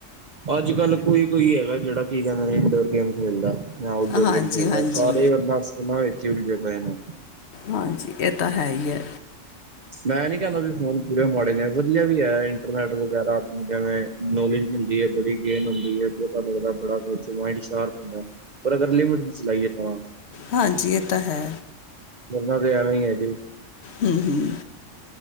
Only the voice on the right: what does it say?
ਅੱਜ-ਕੱਲ੍ ਕੋਈ-ਕੋਈ ਹੈਗਾ ਜੇਹੜਾ ਕੀ ਕੈੰਦੇ ਨੇ ਇੰਡੋਰ ਗੇਮ ਖੇਲਦਾ। ਊਟਡੋਰ
ਗੇਮ ਖੇਲਦੈ
ਸਾਰੇ ਈ ਅਪਨਾ ਫੋਨਾ ਵਿਚ ਈ ਉਲਝੇ ਪਏ ਨੇ।
ਮੈਂ ਐ ਨੀ ਕੈੰਦਾ ਵੀ ਫੋਨ ਪੂਰੇ ਮਾਡੇਨੇ ਹੈ ਵਧੀਆ ਵੀ ਐ ਇੰਟਰਨੈਟ ਵਗੈਰਾ। ਜਿਵੇਂ ਨੌਲੇਜ ਮਿਲਦੀ ਏ ਬੜੀ। ਗੇਨ ਹੁੰਦੀ ਹੈ ਬਹੁਤਾ ਲੱਗਦਾੜਾ ਮਾਇਂਢ ਸਾ਼ਰਪ ਹੁੰਦਾ ਪਰ ਅਗਰ ਲਿਮਟ ਦੀ ਚਲਾਈਏ ਤਾਂ।
ਬਨਨਾ ਤੇ ਐਂਵੇ ਹੈਜੀ।